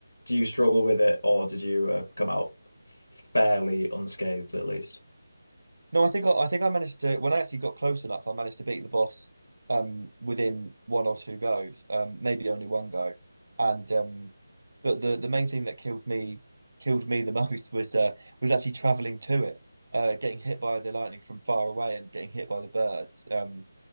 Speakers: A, on the left; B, on the right.
A: do you struggle with it, or did you uh, come out fairly unscathed at least?
B: No, I think I, I think I managed to when I actually got close enough, I managed to beat the boss um within one or two goes, um maybe only one go, and um but the the main thing that killed me killed me the <laughs> most was uh was actually traveling to it, uh getting hit by the lightning from far away and getting hit by the birds. Um,